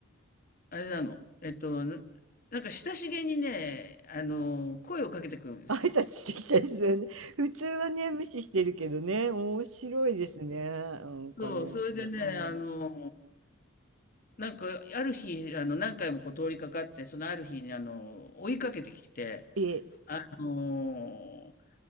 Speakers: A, on the left; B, on the right.
A: あれなの、えっと、ななんか親しげにね、あの、声をかけてくるんですよ。
B: 挨拶してきたですよね。<laughs> 普通はね、無視してるけどね、面白いですね。なんかね。
A: そう、それでね、
B: うん。
A: あの、なんか、ある日、あの、何回もこう通りかかって、そのある日に、あの、追いかけてきて、
B: え、
A: あの、